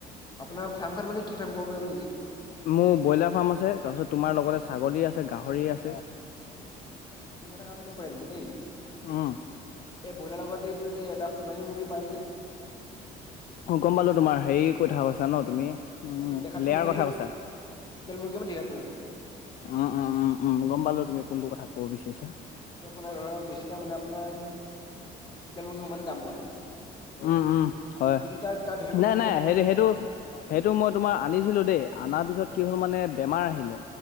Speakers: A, on the left; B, on the left.
A: আপোনাৰ ফাৰ্ম খন মানে কি ফাৰ্ম ক'ব পাৰিব নেকি
B: মোৰ ব্ৰইলাৰ ফাৰ্ম আছে তাৰপিছত তোমাৰ লগতে ছাগলী আছে গাহৰি আছে
A: আপুনি এটা কাম কৰিব পাৰে কিন্তু দেই
B: উম
A: এই ব্ৰইলাৰ লগত যে এইটো যে এটা সোণালী মুৰ্গী পাই যে
B: অ গম পালো তোমাৰ হেৰি কথা কৈ জান তুমিয়ে
A: অ
B: উম
A: মানে দেখাতো
B: লেয়াৰ
A: লোকেল
B: কথা
A: মুৰ্গী
B: কৈছা
A: হয় হয় লোকেল মুৰ্গী মানে দেখিব বাৰু হয়,
B: উম উম উম উম গম পালো তুমি কোনটো কথা কব বিচাৰিছা
A: সেইটো আপোনাৰ ধৰক বেচিলে মানে আপোনাৰ লোকেল মুৰ্গী সমানে দাম পোৱা যায়
B: উম উম হয়
A: কিন্তু তাৰ তাৰ ভেলুটো
B: নাই
A: বহুত
B: নাই
A: কম
B: সেইটো সেইটো সেইটো মই তোমাৰ আনিছিলো দেই অনাৰ পিছত কি হ'ল মানে বেমাৰ আহিলে